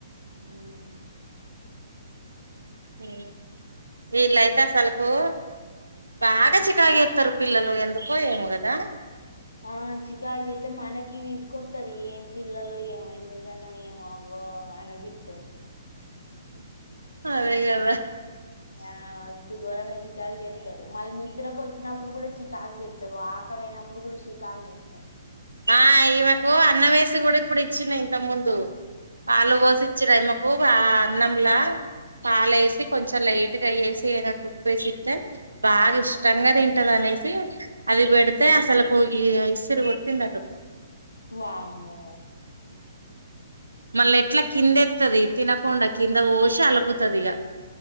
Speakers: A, on the left; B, on the right.
A: ఊ.
B: మ్ వీళ్ళైతె అసలుకూ బాగా చికాగ్ జేత్తరు పిల్లలు ఎందుకో ఏమోగద.
A: ఆ చికాగ్ జేత్తె మనకి విసుగొత్తది ఏం పిల్లలొ ఏమొ ఎందుగన్నామొ ఏమొ ఆవ్ బో అనిపిత్తది.
B: అదే కదా
A: యా మస్తు ఘోరంగ చికాగ్ జేత్తరు మళ్ నిద్రకొచ్చినప్పుడు గుడ చికాగ్ జేత్తరు ఆ <unintelligible> నప్పుడ్ గూడ్ షికాగ్ జేత్తరు.
B: ఆ ఈమెకు అన్నం యేసి గూడిప్పుడిచ్చిన ఇంతక్ ముందు పాలు
A: ఉమ్
B: బోసిచ్చిన ఈమకు ఆ అన్నంలా పాలేసి కొంచెం లైట్ గ ఏసి ఎయ్నట్టు ఉప్పేసిత్తె బాగిష్టంగ దింటదినేసి అదిబెడ్తే
A: హ్మ్
B: అసలుకు ఈ ఇస్సిర్ కొట్టిందటు.
A: వామ్మో.
B: మళ్ళెట్ల కిందేత్తది తినకోండ కింద బోషి అలుకుతదిగ.